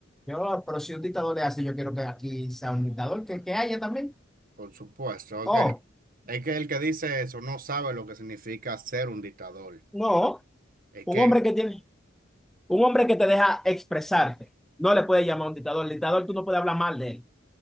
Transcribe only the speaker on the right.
Por supuesto, es
que es que el que dice eso no sabe lo que significa ser un dictador.
Es
que